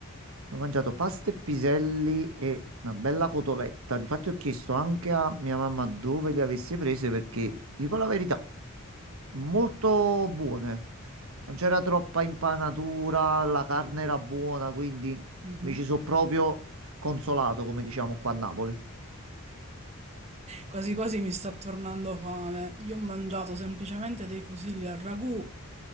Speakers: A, on the right; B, on the right.
A: Ho mangiato pasta e piselli e una bella cotoletta. Difatti ho chiesto anche a mia mamma dove le avesse prese perché, ti dico la verità, molto buone. Non c'era troppa impanatura, la carne era buona, quindi
B: Mhm.
A: mi ci sono proprio consolato, come diciamo qua a Napoli.
B: Quasi quasi mi sta tornando fame. Io ho mangiato semplicemente dei fusilli al ragù,